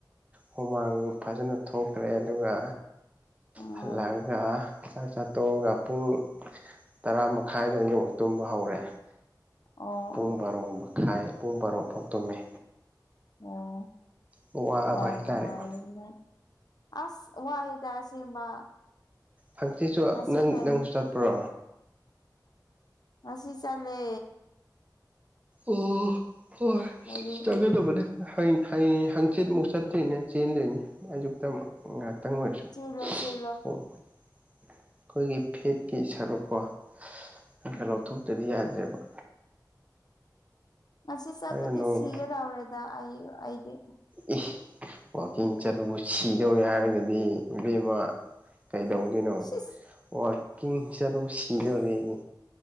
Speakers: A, on the right; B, on the left.
A: ꯍꯨꯃꯥꯡ ꯐꯖꯅ ꯊꯣꯛꯈ꯭ꯔꯦ ꯑꯗꯨꯒ
B: ꯎꯝ
A: ꯍꯜꯂꯛꯑꯒ ꯆꯥꯛ ꯆꯥ ꯇꯣꯡꯉꯒ ꯄꯨꯡ ꯇꯔꯥ ꯃꯈꯥꯏꯗ ꯌ ꯇꯨꯝꯕ ꯍꯧꯔꯦ
B: ꯑꯣ
A: ꯄꯨꯡ ꯕꯥꯔꯣ ꯃꯈꯥꯏ ꯄꯨꯡ ꯕꯥꯔꯣꯐꯥꯎ ꯇꯨꯝꯃꯦ
B: ꯑꯣ
A: ꯋꯥꯕ
B: ꯌꯥꯝ
A: ꯍꯥꯏꯇꯥꯔꯦꯀꯣ
B: ꯅꯨꯡꯉꯥꯏꯔꯤ ꯅꯪ ꯑꯁ ꯋꯥꯏꯋꯦꯗ ꯑꯁꯦꯡꯕ
A: ꯍꯪꯆꯤꯠꯁꯨ
B: ꯉꯁꯤ
A: ꯅꯪ
B: ꯀꯩ
A: ꯅꯪꯁꯨ ꯆꯠꯄ꯭ꯔꯣ
B: ꯉꯁꯤ ꯆꯜꯂꯦ
A: ꯎꯝ ꯍꯣꯏ
B: ꯍꯥꯏꯗꯤ
A: ꯆꯥꯟꯅꯗꯕꯅꯦ ꯍꯌꯦꯡ ꯍꯌꯦꯡ ꯍꯪꯆꯤꯠꯃꯨꯛ ꯆꯠꯇꯣꯏꯅꯦ ꯆꯦꯟꯗꯣꯏꯅꯤ ꯑꯌꯨꯛꯇ ꯃꯨꯛ ꯉꯥꯛ ꯇꯪꯑꯣꯏꯔꯁꯨ
B: ꯆꯦꯜꯂꯣ ꯆꯦꯜꯂꯣ
A: ꯍꯣ ꯑꯩꯈꯣꯏꯒꯤ ꯐꯦꯠꯀꯤ ꯁꯔꯨꯛꯀꯣ ꯈ
B: ꯎꯝ
A: ꯈꯔ ꯂꯧꯊꯣꯛꯇꯗꯤ ꯌꯥ ꯗꯦꯕ
B: ꯉꯁꯤ ꯆꯠꯄꯗꯤ
A: ꯅꯣꯡ
B: ꯁꯤꯒꯗꯥꯎꯔꯦꯗ ꯑꯩ ꯑꯩꯗꯤ
A: ꯏ ꯋꯥꯛꯀꯤꯡ ꯆꯠꯄꯕꯨ ꯁꯤꯗꯧꯔꯦ ꯍꯥꯏꯔꯒꯗꯤ ꯏꯕꯦꯝꯃꯥ ꯀꯩꯗꯧꯗꯣꯏꯅꯣ
B: ꯁꯤꯁ
A: ꯋꯥꯛꯀꯤꯡ ꯆꯠꯄꯕꯨ ꯁꯤꯗꯧꯔꯦꯌꯦ